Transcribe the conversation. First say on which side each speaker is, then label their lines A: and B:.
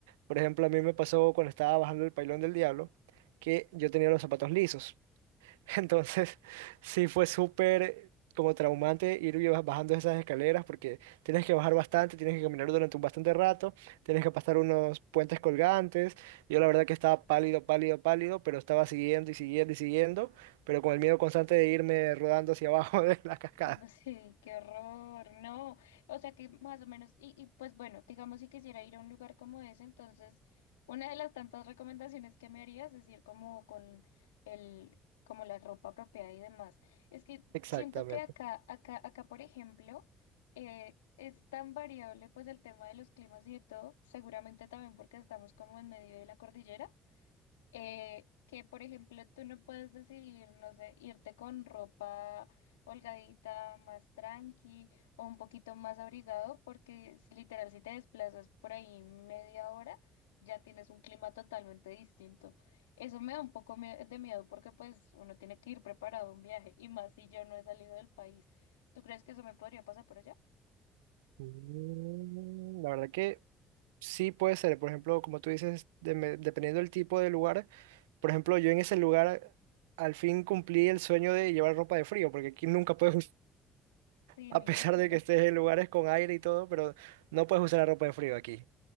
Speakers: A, on the right (about 75°); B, on the left (about 80°).
A: Por ejemplo, a mí me pasó cuando estaba bajando el Pailón del Diablo que yo tenía los zapatos lisos. <laughs> Entonces, sí fue súper como traumante ir y baj- bajando esas escaleras porque tienes que bajar bastante, tienes que caminar durante un bastante rato, tienes que pasar unos puentes colgantes. Yo la verdad que estaba pálido, pálido, pálido, pero estaba siguiendo y siguiendo y siguiendo, pero con el miedo constante de irme rodando hacia abajo <laughs> de la cascada.
B: <laughs> No sé, qué horror, no. O sea que más o menos, y, y pues bueno, digamos si quisiera ir a un lugar como ese, entonces una de las tantas recomendaciones que me harías es ir como con el, como la ropa apropiada y demás. Es que
A: Exactamente.
B: siento que acá, acá, acá, por ejemplo, eh, es tan variable pues el tema de los climas y de todo, seguramente también porque estamos como en medio de la cordillera eh, que, por ejemplo, tú no puedes decidir, no sé, irte con ropa holgadita, más tranqui o un poquito más abrigado, porque es literal, si te desplazas por ahí media hora, ya tienes un clima totalmente distinto. Eso me da un poco mie- de miedo porque pues uno tiene que ir preparado a un viaje y más si yo no he salido del país. ¿Tú crees que eso me podría pasar por allá?
A: Mm, La verdad que Sí, puede ser. Por ejemplo, como tú dices, deme- dependiendo del tipo de lugar. Por ejemplo, yo en ese lugar al fin cumplí el sueño de llevar ropa de frío, porque aquí nunca puedes, <laughs> us-
B: Sí,
A: a
B: me
A: pesar
B: imagino.
A: de que estés en lugares con aire y todo, pero no puedes usar la ropa de frío aquí.